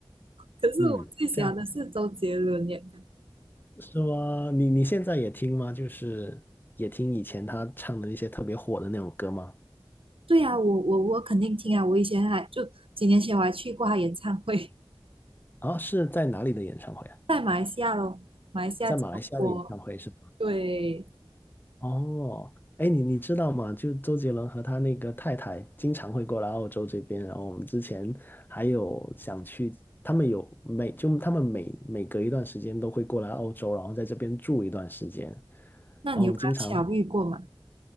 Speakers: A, on the right (about 75°); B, on the left (about 20°).
A: 可是我最喜欢的是周杰伦耶。
B: 嗯，这样是说，你你现在也听吗？就是也听以前他唱的那些特别火的那种歌吗？
A: 对啊，我我我肯定听啊，我以前还就几年前我还去过他演唱会。
B: 啊、是在哪里的演唱会啊？
A: 在马来西亚咯，马来西亚吉隆坡
B: 在马来西亚的演唱会是吗？
A: 对，
B: 哦，哎，你你知道吗？就周杰伦和他那个太太经常会过来澳洲这边，然后我们之前还有想去，他们有每就他们每每隔一段时间都会过来澳洲，然后在这边住一段时间，然
A: 那你有跟他巧遇过吗？
B: 后我们经常